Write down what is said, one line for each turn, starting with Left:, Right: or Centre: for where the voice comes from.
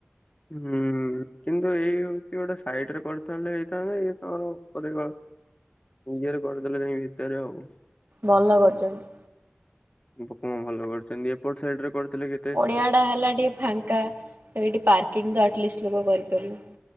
Left: ହୁଁ କିନ୍ତୁ ଏଇ ହଉଛି ଗୋଟେ ସାଇଟ ରେ କରିଥାଲେ ହେଇଥାନ୍ତା ଏଇ କଣ ଉପରେ ନିଜରେ କରିଦେଲେ ଯାଇକ ଭିତରେ ଆଉ
Right: ଭଲ କରିଛନ୍ତି
Left: ପୋକମା ଭଲ କରିୁଛନ୍ତି ଏପଟ ସାଇଡ ରେ କରିଥିଲେ କି
Right: ପଡିଆ ଟା ହେଲା ଟିକେ ଫାଙ୍କା ସେ ପାର୍କିଂଷ୍ଟ ଲ କରିପାରିଲୁ